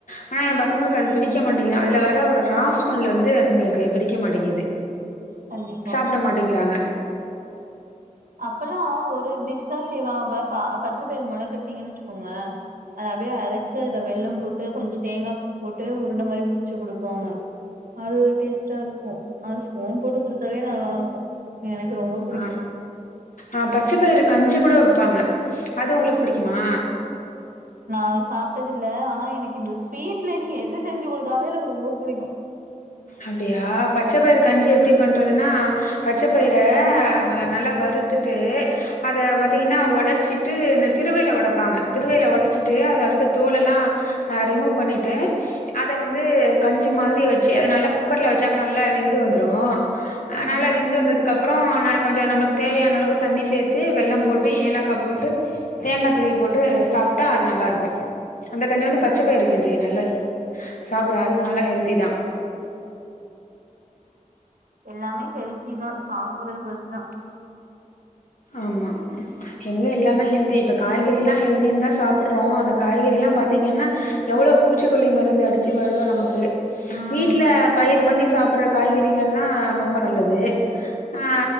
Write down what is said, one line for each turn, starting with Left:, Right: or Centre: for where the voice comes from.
Left: ஆனா எ பசங்களுக்கு அது பிடிக்க மாட்டேங்து அதுல வர ஒரு ரா ஸ்மெல் வந்து பசங்களுக்கு பிடிக்க மாட்டெங்குது
Right: கண்டிப்பா
Left: சாப்ட மாட்டேங்கிறாங்க
Right: அப்பல்லா ஒரு டிஷ் தா செய்வாங்க பா பச்சப்பயிர் மொள கட்னிங்கன் வச்சுக்கோங்ளே அத அப்டியே அரச்சு அதுல வெல்லம் போட்டு கொஞ்சொ தேங்காப் போட்டு உருண்ட மாரி புடிச்சு குடுப்பாங்க அது ஒரு டேஸ்ட்டா இருக்கு அது ஸ்பூன் போட்டு குடுத்தாவே நல்லாருக்கு எனக்கு ரொம்ப புடிக்கு
Left: ஆ ஆ பச்சபயிறு கஞ்சி கூட வப்பாங்க அது உங்களுக் புடிக்குமா?
Right: நா அது சாப்டதில்ல ஆனா என க்கு இந்த ஸ்வீட்ல நீங்க எது செஞ்சி குடு த்தாலு எனக்கு ரொம்ப புடிக்கு
Left: அப்டியா பச்சப்பயிறு கஞ்சி எப்டி பண்றதுன்னா பச்சப்பயிற நல்லா வறுத்துட்டு அத பாத்தீங்கன்னா ஒடச்சிட்டு இந்த திருவைல ஒடப்பாங்க திருவைல ஒடச்சிட்டு அதுல இருக்க தோலல்லா ரிமூவ் பண்ணிட்டு அத வந்து கஞ்சு மாதிரி வச்சு அத நல்லா குக்கர்ல வச்சாக்கா நல்லா வெந்து வந்துரு அ நல்லா
Right: ம்
Left: வெந்து வந்தது க்கப்றொ நல்ல கொஞ்ச நம்மளுக்கு தேவையான அளவு தண்ணி சேத்து வெல்லம் போட்டு ஏலக்கா போட்டு தேங்கா துருவி போட்டு சாப்டா அது நல்லாருக்கு அந்த கஞ்சி வந்து
Right: கண்டிப்பா
Left: பச்ச பயிறு கஞ்சி நல்லது சாப்புறோ அதுக்கு நல்லா ஹெல்தி தா
Right: எல்லாமே ஹெல்தி தா சாப்புர்றது பொறுத்துதா
Left: ஆமா எங்க எல்லாமே ஹெல்தி இப்ப காய்கறிலா ஹெல்தின் தா சாப்புர்றோ அந்த காய்கறிலா பாத்தீங்கன்னா எவ்ளோ பூச்சிக்கொல்லி மருந்து அடிச்சு வருதோ நமக்கு
Right: ம்
Left: வீட்ல பயிர் பண்ணி சாப்பிடுற காய்கறிகள்லா ரொம்ப நல்லது ஆ